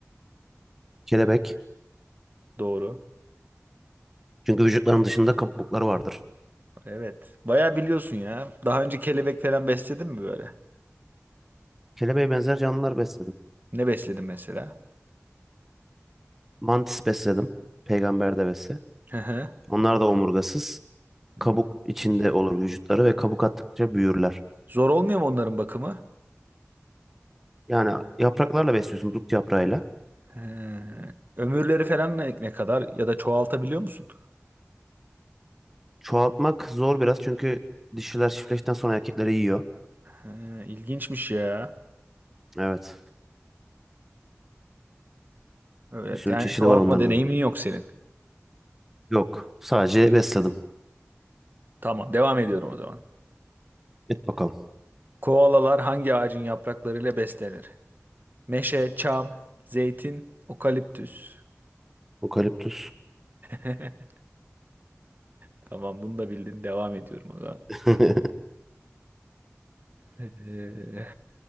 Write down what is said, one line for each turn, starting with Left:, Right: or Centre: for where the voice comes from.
Centre: Kelebek.
Right: Doğru.
Centre: Çünkü vücutlarının dışında kabukları vardır.
Right: Evet. Bayağı biliyorsun ya. Daha önce kelebek falan besledin mi böyle?
Centre: Kelebeğe benzer canlılar besledim.
Right: Ne besledin mesela?
Centre: Mantis besledim. Peygamber devesi.
Right: Hı hı.
Centre: Onlar da omurgasız. kabuk
Right: Hı.
Centre: içinde olur vücutları ve kabuk attıkça büyürler.
Right: Zor olmuyor mu onların bakımı?
Centre: Yani yapraklarla besliyorsun dut yaprağıyla.
Right: He. Ömürleri falan ne, ne kadar ya da çoğaltabiliyor musun?
Centre: Çoğaltmak zor biraz çünkü dişiler çiftleştikten sonra erkekleri yiyor.
Right: He, ilginçmiş ya.
Centre: Evet.
Right: Evet,
Centre: Bir sürü
Right: yani
Centre: çeşidi
Right: çoğaltma
Centre: var onların
Right: deneyimin
Centre: da.
Right: yok senin.
Centre: Yok. Sadece besledim.
Right: Tamam, devam ediyorum o zaman.
Centre: Et bakalım.
Right: Koalalar hangi ağacın yapraklarıyla beslenir? Meşe, çam, zeytin, okaliptüs.
Centre: Okaliptüs.
Right: <laughs> Tamam, bunu da bildin. Devam ediyorum o zaman.
Centre: <laughs>
Right: Ee,